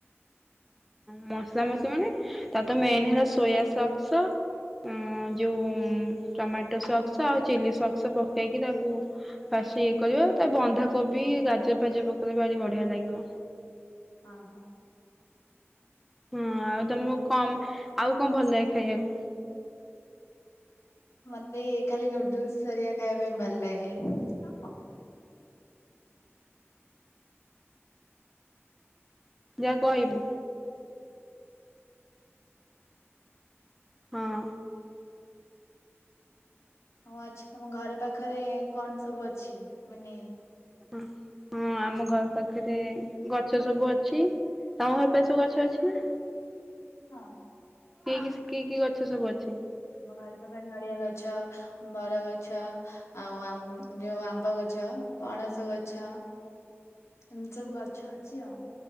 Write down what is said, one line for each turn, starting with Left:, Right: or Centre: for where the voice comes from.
Centre: ହଁ ମସଲା <unintelligible> ମାନେ ତା ତ ମେନ୍ ହେଲା ସୋୟା ସସ୍ ଉଁ ଯୋଉ ଟମାଟୋ ସକ୍ସ୍ ଆଉ ଚିଲି ସକ୍ସ୍ ପକେଇକି ତାକୁ ସେ ଇଏ କରିବ ତା ବନ୍ଧାକୋବି ଗାଜର ଫାଜରେ ପକେଇଲେ ଭାରି ବଢ଼ିଆ ଲାଗିବ।
Left: ହଁ ହଁ।
Centre: ହଁ ଆଉ ତମକୁ କଣ ଆଉ କଣ ଭଲ ଲାଗେ ଖାଇବାକୁ?
Left: ମତେ ଖାଲି ନୁଡୁଲୁସ୍ ହେରିଆ ଖାଇବା ପାଇଁ ଭଲ ଲାଗେ।
Centre: ଯାହା କହିବୁ। ହଁ।
Left: ମୁଁ ଅଛି ତମ ଘର ପାଖରେ କଣ ସବୁ ଅଛି ମାନେ
Centre: ଅ ହଁ ଆମ ଘର ପାଖରେ ଗଛ ସବୁ ଅଛି ତମ ଘର ପାଖରେ ସବୁ ଗଛ ଅଛି ନା?
Left: ହଁ।
Centre: କି କି କି କି ଗଛ ସବୁ ଅଛି?
Left: ଆମ ବାରି ପାଖରେ ନଡ଼ିଆ ଗଛ, ବରଗଛ ଆଉ ଆ ଯୋଉ ଆମ୍ବ ଗଛ। ପଣସ ଗଛ ଏମିତି ସବୁ ଗଛ ଅଛି ଆଉ।